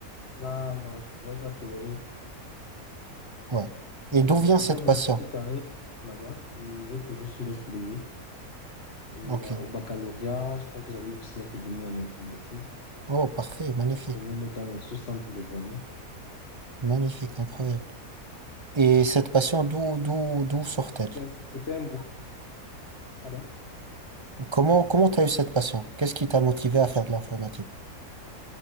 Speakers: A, on the left; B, on the right.
A: là, non, je pourrais pas tolérer.
B: ouais.
A: Donc,
B: Et d'où
A: je-
B: vient
A: c'était
B: cette
A: mon
B: passion?
A: petit challenge là-bas et j'ai toujours su le soulever. Et
B: Ok.
A: euh, au baccalauréat, je crois que j'avais eu 19,5 en informatique,
B: Oh, parfait, magnifique,
A: la première note dans mon sous-centre d'examen.
B: magnifique, incroyable. Et cette passion, d'où, d'où, d'où sort-elle?
A: Ouais, c'était c'était un bon Pardon?
B: Comment, comment t'as eu cette passion? Qu'est-ce qui t'a motivé à faire de l'informatique?